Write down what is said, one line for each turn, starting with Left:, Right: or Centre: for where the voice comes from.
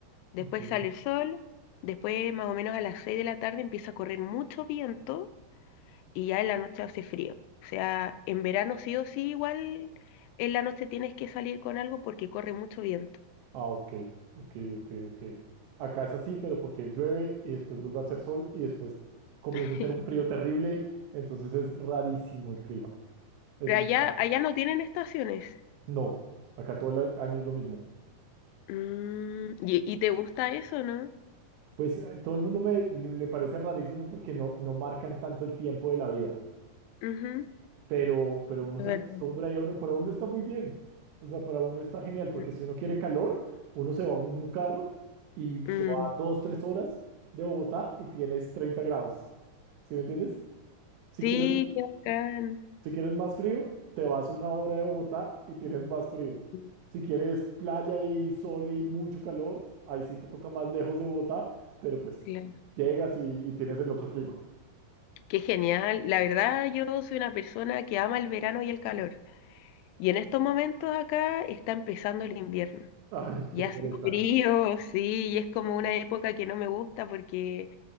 Left: después
Right: ok.
Left: sale el sol, después más o menos a las 6 de la tarde empieza a correr mucho viento y ya en la noche hace frío. O sea, en verano sí o sí, igual en la noche tienes que salir con algo porque corre mucho viento.
Right: Ah, ok, ok, ok, ok. Acá es así, pero porque llueve y después vuelve a hacer sol y después comienza
Left: <laughs>
Right: a hacer un frío terrible, entonces es rarísimo el clima. Es
Left: Pero
Right: muy
Left: allá,
Right: raro.
Left: allá no tienen estaciones.
Right: No, acá todo el año es lo mismo.
Left: Mm, y, y te gusta eso, no
Right: Pues eh, todo el mundo me le parece rarísimo porque no, no marcan tanto el tiempo de la vida,
Left: Ujú.
Right: pero, pero uno
Left: de
Right: se
Left: verdad.
Right: acostumbra y a uno, para uno está muy bien. O sea, para uno está genial porque
Left: Mm,
Right: si uno quiere calor, uno se va en un carro y
Left: mm.
Right: se va dos, tres horas de Bogotá y tienes 30 grados. ¿Sí me entiendes? Si
Left: Sí,
Right: Sí. quieres,
Left: qué bacán.
Right: si quieres más frío, te vas una hora de Bogotá y tienes más frío.
Left: Mm,
Right: Si quieres playa y sol y mucho calor, ahí sí te toca más lejos de Bogotá, pero pues
Left: Claro.
Right: llegas y, y tienes el otro clima.
Left: Qué genial. La verdad, yo soy una persona que ama el verano y el calor. Y en estos momentos acá está empezando el invierno.
Right: Ay, qué
Left: Y
Right: pereza.
Left: hace frío, sí, y es como una época que no me gusta porque